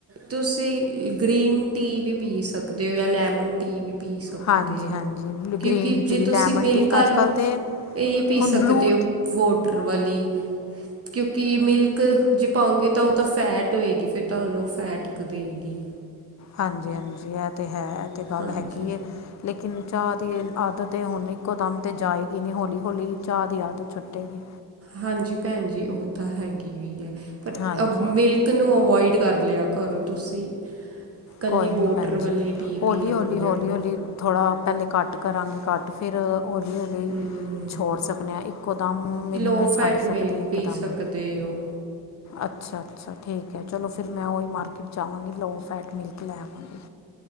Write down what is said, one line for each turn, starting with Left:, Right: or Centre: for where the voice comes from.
Right: ਤੁਸੀਂ ਗ੍ਰੀਨ ਟੀ ਵੀ ਪੀ ਸਕਦੇ ਓਂ ਜਾਂ ਲੈਮਨ ਟੀ ਵੀ ਪੀ ਸਕਦੇ
Left: ਹਾਂਜੀ
Right: ਓਂ
Left: ਹਾਂਜੀ
Right: ਕਿਓਂਕਿ
Left: ਗ੍ਰੀਨ ਟੀ
Right: ਜੇ
Left: ਲੈਮਨ
Right: ਤੁਸੀਂ ਮਿਲਕ
Left: ਟੀ
Right: ਆਲੀ
Left: ਅੱਜ ਕੱਲ੍ਹ ਤਾਂ
Right: ਏਈ ਪੀ
Left: ਹੁਣ
Right: ਸਕਦੇ
Left: ਬਲੂ
Right: ਓਂ ਵੋਟਰ ਵਾਲੀ, ਕਿਓਂਕਿ ਮਿਲ ਜੇ ਪਾਓਂਗੇ ਤਾਂ ਓ ਤਾਂ ਫੈਟ ਹੋਏਗੀ ਫੇਰ ਤੁਹਾਨੂੰ ਫੈਟ ਕ ਦੇਏਗੀ।
Left: ਹਾਂਜੀ-ਹਾਂਜੀ ਏਹ ਤਾਂ ਹੈ ਐ ਤੇ ਗੱਲ
Right: ਹਾਂਜੀ
Left: ਹੈਗੀ ਏ। ਲੇਕਿਨ ਚਾਅ ਦੀ ਆਦਤ ਹੁਨ ਇੱਕੋ ਦਮ ਤਾਂ ਜਾਏਗੀ ਨੀ ਹੌਲੀ-ਹੌਲੀ ਚਾਅ ਦੀ ਆਦਤ ਛੁੱਟੇਗੀ।
Right: ਹਾਂਜੀ ਭੈਨ ਜੀ ਓ ਤਾਂ ਹੈਗੀ ਵੀ ਐ, ਪਰ
Left: ਹਾਂਜੀ
Right: ਮਿਲ ਮਿਲਕ ਨੂੰ ਅੋਵਾਇਡ ਕਰ ਲਿਆ ਕਰੋ ਤੁਸੀਂ। ਕੱਲੀ
Left: ਕੋਈ ਨੀ
Right: ਵੋਟਰ
Left: ਭੈਨ
Right: ਵਾਲੀ
Left: ਜੀ,
Right: ਟੀ
Left: ਹੌਲੀ-ਹੌਲੀ-ਹੌਲੀ-ਹੌਲੀ
Right: ਪੀ ਅਗਰ ਜਿਹੜੀ
Left: ਥੋੜ੍ਹਾ ਪੈਲੇ ਘੱਟ ਕਰਾਂਗੇ ਘੱਟ ਫਿਰ ਹੋਲੀ-ਹੋਲੀ
Right: ਹਮ
Left: ਛੋੜ ਸਕਦੇ ਆਂ ਇੱਕੋ ਦਮ ਵੀ
Right: ਲੋ
Left: ਨੀ ਮੈਂ
Right: ਫੈਟ
Left: ਛੱਡ
Right: ਮਿਲਕ
Left: ਸਕਦੀ ਇੱਕੋ
Right: ਪੀ
Left: ਦਮ
Right: ਸਕਦੇ ਹੋ
Left: ਅੱਛਾ-ਅੱਛਾ ਠੀਕ ਐ ਚਲੋ ਫਿਰ ਮੈਂ ਓਈ ਮਾਰਕੀਟ ਜਾਵਾਂਗੀ ਲੋ ਫੈਟ ਮਿਲ ਮਿਲਕ ਲੈ ਆਵਾਂਗੀ,